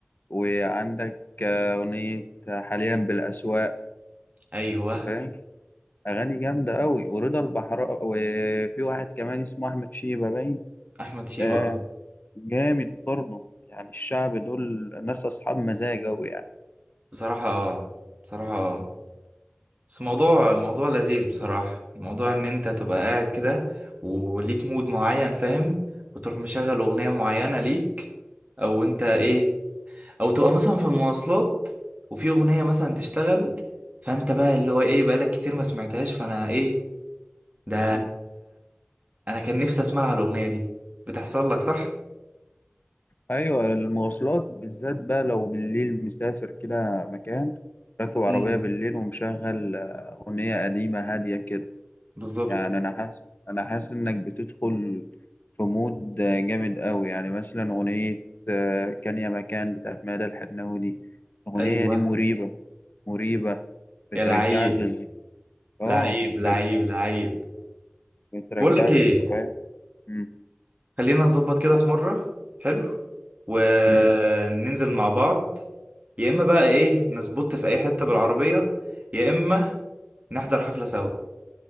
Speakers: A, on the left; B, on the right.
A: وعندك آه، أغنية حاليا بالأسواق
B: ايوه
A: أنت فاهم أغاني جامدة أوي ورضا البحراء وفي واحد كمان اسمه أحمد شيبة باين
B: احمد شيبة
A: ده جامد برضه يعني الشعب دول ناس أصحاب مزاج أوي يعني
B: بصراحة آه، بصراحة آه. بس الموضوع موضوع لذيذ بصراحة موضوع ان انت تبقى قاعد كده وليك مود معين فاهم وتروح مشغل اغنية معينة ليك او انت ايه او تبقى مثلا في المواصلات وفي اغنية مثلا تشتغل فانت بقى اللي هو ايه بقالك كتير ما سمعتهاش فانا ايه ده
A: <laughs>
B: انا كان نفسي اسمعها الاغنية دي بتحصل لك صح؟
A: ايوه المواصلات بالذات بقى لو بالليل مسافر كده مكان راكب عربية
B: امم
A: بالليل ومشغل آه، أغنية قديمة هادية كده
B: بالظبط
A: يعني أنا حاسس أنا حاسس إنك بتدخل في مود آه، جامد قوي يعني مثلا أغنية آه، كان يا مكان بتاعت مادة الحناوي دي الأغنية
B: ايوه
A: دي مريبة مريبة بترجعك
B: يا لعيب
A: لذك آه
B: لعيب
A: بترجعك
B: لعيب لعيب
A: بترجعك
B: بقول لك ايه
A: ذكريات مم،
B: خلينا نظبط كده في مرة حلو وننزل
A: مم.
B: مع بعض يا إما بقى إيه نظبط في أي حتة بالعربية يا إما نحضر حفلة سوا